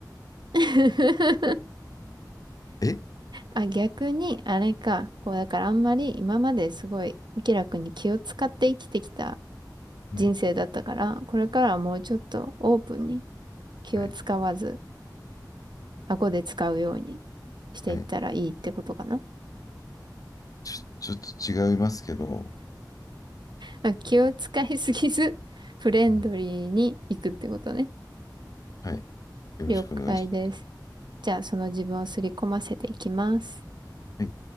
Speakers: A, on the right; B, on the left.
A: <laughs>
B: え
A: あ、逆に、あれか。こう、だからあんまり今まですごい、明らかに気を使って生きてきた人生だったから、
B: はい。
A: これからはもうちょっとオープンに気を使わず、
B: はい。
A: 顎で使うようにしていったらいいってことかな。
B: はい。ちょ、ちょっと違いますけど、
A: まあ、気を使いすぎず、フレンドリーに行くってことね。
B: はいはい、よろしくお願いします。
A: 了解です。じゃあ、その自分を刷り込ませていきます。
B: はい